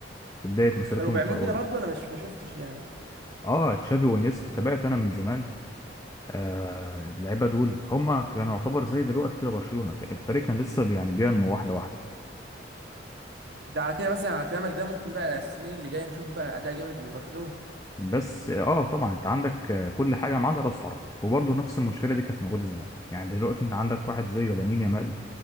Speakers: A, on the left; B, on the right.
A: في بداية مسيرتهم
B: كانوا بيعملوا
A: الكروية
B: كده برضه انا مش ما شفتش يعني
A: اه تشافي وانيستا تابعت انا من زمان آه اللعيبة دول هم كانوا يعتبر زي دلوقتي كده برشلونة الفريق كان لسه بي- يعني بينمو واحدة واحدة
B: ده على كده مثلا على كلامك ده ممكن بقى السنين اللي جايه نشوف بقى اداء جامد من برشلونه
A: بس اه طبعا انت عندك آه، كل حاجة ما عدا راس حربة وبرضه نفس المشكلة دي كانت موجودة زمان يعني دلوقتي انت عندك واحد زي لامين يامال